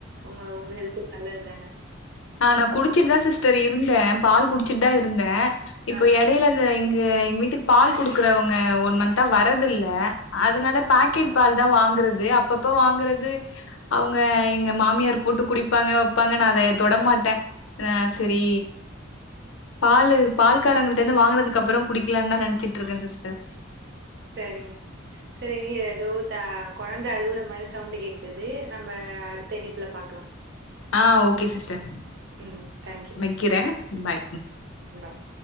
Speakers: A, on the right (about 55°); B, on the left (about 75°).
A: உங்க உங்க ஹெல்த்துக்கு நல்லது தான
B: அ நா குடிச்சிட்டு தா சிஸ்டர் இருந்தே பால் குடிச்சுட்டு தா இருந்தே இப்போ
A: ஆ
B: எடைய்ல இந்த இங்க எங்க வீட்டுக்கு பால் குடுக்குறவங்க ஒன் மந்த்தா வரது இல்ல அதனால
A: அப்படியா?
B: பாக்கெட் பால் தா வாங்கறது அப்பப்ப வாங்கறது அவங்க எங்க மாமியார் போட்டு குடிப்பாங்க வைப்பாங்கனு அத தொடமாட்டே அ சரி பாலு பால்காரங்கிட்ட வாங்கினதுக்கு அப்றோ குடிக்கலான்னு தா நெனச்சிட்டு இருக்கே சிஸ்டர்
A: சரிங்க சரி நீ ஏதோ த கொழந்த அழுவுற மாரி சவுண்டு கேக்குது நம்ம அடுத்த இணைப்புல பாக்கலா
B: ஆ ஓகே சிஸ்டர்
A: ம் தேங்க்யூ
B: வக்கிரே பாய்
A: பாய்